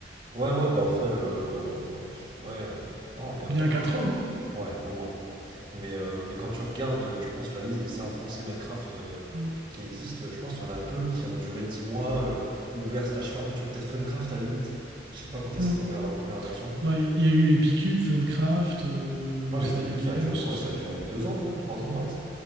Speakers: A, on the right; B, on the right.
A: Ouais ouais bah au final euh, au- ouais euh, non quand même
B: bien
A: pas mal.
B: 4 ans. hein.
A: Ouais au moins. Mais, euh, mais quand tu regardes, euh, je pense, la liste des serveurs français Minecraft euh,
B: Mm,
A: qui existent, euh, je pense qu'il y en a peu qui ont duré 10 mois euh, ouverts slash fermés. Tu vois, peut-être Funcraft à la limite. Je sais pas quand est-ce
B: mm.
A: qu'ils ont ouvert leur première version.
B: Ouais, Il y a eu Epicube, Funcraft, euh,
A: Ah mais
B: Sama
A: Epicube
B: Games,
A: ça a duré
B: ce
A: quoi?
B: ce
A: Ça
B: genre
A: a duré
B: de...
A: 2 ans, non? trois ans max?